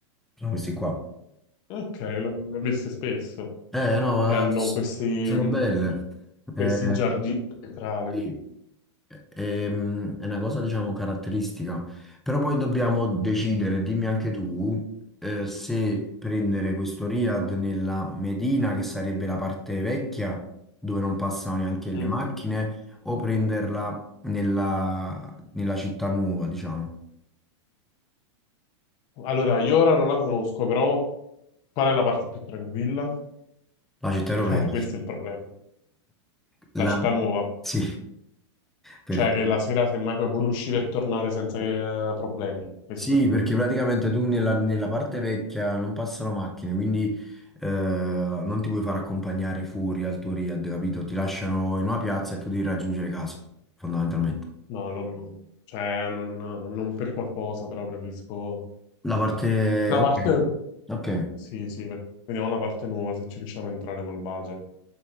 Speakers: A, in the centre; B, on the left.
A: Sono questi qua.
B: Ok, l'ho l'ho viste spesso,
A: Eh, no,
B: che hanno
A: eh, s-
B: questi,
A: sono
B: mh,
A: belle. Eh,
B: questi giardini centrali.
A: sì, eh, ehm, è una cosa, diciamo, caratteristica. Però poi dobbiamo decidere, dimmi anche tu, eh, se prendere questo Riad nella Medina, che sarebbe la parte vecchia, dove non passano neanche le
B: Mhm.
A: macchine, o prenderla nella, nella città nuova, diciamo,
B: Allora, io ora non la conosco, però qual è la parte più tranquilla? <laughs>
A: la città europea.
B: Eh, questo è il problema.
A: La-
B: La città nuova,
A: Sì, perché...
B: cioè che la sera semmai puoi pure uscire e tornare senza che, eh, problemi, questo
A: Sì,
B: dico.
A: perché praticamente tu nella, nella parte vecchia non passano macchine, quindi eh, non ti puoi far accompagnare fuori al tuo Riad, capito? Ti lasciano in una piazza e tu devi raggiungere casa, fondamentalmente.
B: No, allora no. Cioè, non, non per qualcosa, però preferisco...
A: La parte...
B: La
A: Ok,
B: parte...
A: ok,
B: Sì, sì, ve- vediamo la parte nuova, se ci riusciamo a entrare col budget